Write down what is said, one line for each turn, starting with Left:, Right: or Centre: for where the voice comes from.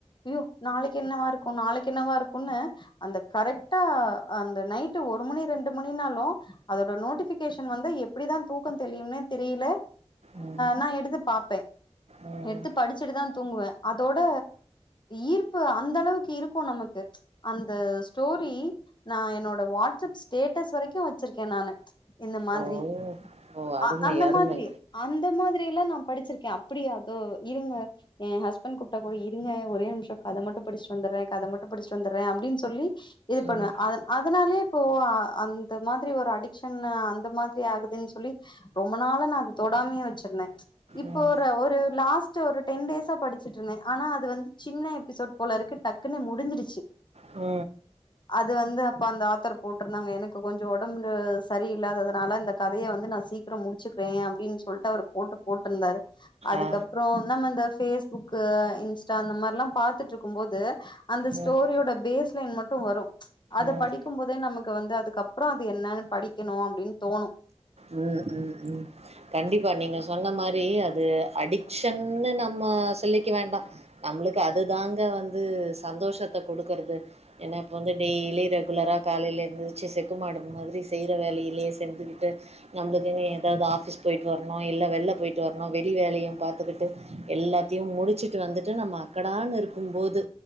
Left: ஐயோ நாளைக்கு என்னவா இருக்கு நாளைக்கு என்னவா இருக்குன்னு அந்த கரெக்டா அந்த நைட்டு ஒரு மணி ரெண்டு மணினாலு அதோட நோட்டிபிகேஷன் வந்தா எப் பிடிதா தூக்கோ தெளியும்னே தெரியல
Right: ம், ம்,
Left: நா எடுத்து பாப்பே
Right: ம்.
Left: எடுத்து படி ச்சிட்டு தா தூங்குவே அதோட ஈர்ப்பு அந்த அளவுக்கு இருக்கோ நமக்கு அந்த ஸ்டோரி நா என்னோட வாட்ஸ்அப் ஸ்டேட்டஸ் வரைக்கு வச்சிருக்கே நானு இந்த மாதிரி
Right: ஓ! ஓ! அருமை,
Left: ஆ அந்த
Right: அருமை.
Left: மாதிரி அந்த மாதிரியெல்லா நா படிச்சிருக்கே அப்படியாதோ இருங்க எ ஹஸ்பண்ட் குப்பிட்டா கூட இருங்க ஒரே நிமிஷோ கத மட்டு படிச்சுட்டு வந்துரே கத மட்டு படிச்சிட்டு வந்துடுறே அப்டின்னு சொல்லி இது பண்ணுவே
Right: ம்,
Left: அதஅதனாலயே இப்போ அந்த மாதிரி ஒரு அடிக்கஷன் அந்த மாதி ரி ஆகுதுன்னு சொல்லி ரொம்ப நாள நா அத தொடாமையே வச்சிருந்தே இப்போ
Right: ம்,
Left: ஒரு ஒரு லாஸ்ட் ஒரு டென் டேஸா படிச்சுட்டு தே ஆனா அது வந்து சின்ன எபிசோட் போல இருக்கு டக்குன்னு முடிஞ்சிருச்சு
Right: ஆ
Left: அது வந்து அப்ப அந்த ஆத்தர் போட்டிருந்தாங்க எனக்கு கொஞ்சோ ஓடம்பு சரியில்ல்லாததுனால இந்த கதய வந்து நா சீக்கிறோ முடிச்சுக்கிறே அப்டின்னு சொல்லிட்டு அவர் போட்டு போட்டிருந்தாரு அதுக்கப்ற
Right: ஆ.
Left: அப்றோ நம்ம இந்த போஸ்புக் இன்ஸ்டா இந்த மாதிரில்லா பாத்துட்டு இருக்கு போது அந்த ஸ்டோரியோட
Right: ம்,
Left: பேஸ் லைன் மட்டு வறோ அத
Right: ம்.
Left: படிக்கும்போது அது நமக்கு வந்து அதுக்கப்புறோ அது என்னன்னு படிக்கணு அப்படின்னு தோணு
Right: ம் ம் ம் கண்டிப்பா நீங்க சொன்ன மாரி அது அடிக்க்ஷன்னு நம்ம சொல்லிக்க வேண்டா நம்மளுக்கு அதுதாங்க வந்து சந்தோஷத்த குடுக்குறது ஏன்னா இப்போ வந்து டெய்லி ரெகுலராக காலையில எந்துருச்சு செக்கு மாடு மாதிரி செய்ற வேலையிலயே செஞ்சுகிட்டு நம்மளுக்குன்னு ஏதாவது ஆஃபீஸ் போயிட்டு வர்ணு இல்ல வெளில போயிட்டு வர்ணு வெளி வேலையையு பாத்துக்கிட்டு எல்லாத்தையு முடிச்சுட்டு வந்துட்டு நம்ம அக்கடான்னு இருக்கும்போது